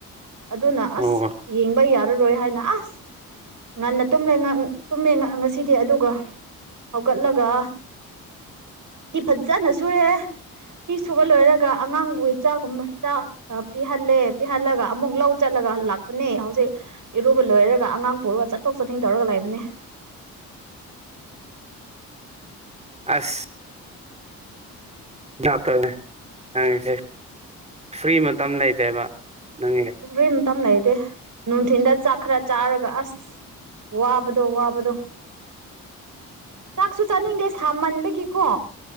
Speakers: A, on the right; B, on the right.
A: ꯑꯗꯨꯅ ꯑꯁ
B: ꯑꯣ
A: ꯌꯦꯡꯕ ꯌꯥꯔꯔꯣꯏ ꯍꯥꯏꯅ ꯑꯁ ꯉꯟꯅ ꯇꯨꯝꯃꯦ ꯇꯨꯝꯃꯦ ꯉꯁꯤꯗꯤ ꯑꯗꯨꯒ ꯍꯧꯒꯠꯂꯒ ꯐꯤ ꯐꯖꯅ ꯁꯨꯔꯦ ꯐꯤ ꯁꯨꯕ ꯂꯣꯏꯔ ꯑꯉꯥꯡꯕꯨꯋ ꯆꯥꯛꯒꯨꯝꯕ ꯆꯥꯛ ꯄꯤꯍꯜꯂꯦ ꯄꯤꯍꯜꯂꯒ ꯑꯃꯨꯛ ꯂꯧ ꯆꯠꯂꯒ ꯂꯥꯛꯄꯅꯦ ꯍꯧꯖꯤꯛ ꯏꯔꯨꯕ ꯂꯣꯏꯔꯒ ꯑꯉꯥꯡ ꯄꯨꯔꯒ ꯆꯠꯊꯣꯛ ꯆꯠꯁꯤꯟ ꯇꯧꯔꯒ ꯂꯩꯕꯅꯦ <unintelligible>
B: ꯑꯁ ꯗꯥꯛꯇꯔꯅꯦ ꯍꯪꯉꯁꯦ ꯐ꯭ꯔꯤ ꯃꯇꯝ ꯂꯩꯇꯦꯕ ꯅꯪꯒꯤ
A: ꯔꯤꯇ ꯂꯩꯗꯦ ꯅꯨꯡꯊꯤꯤꯟꯗ ꯆꯥꯛ ꯈꯔ ꯆꯥꯔꯒ ꯑꯁ ꯋꯥꯕꯗꯣ ꯋꯥꯕꯗꯣ ꯆꯥꯛꯁꯨ ꯆꯥꯅꯤꯡꯗꯦ ꯁꯥꯃꯟꯕꯒꯤꯀꯣ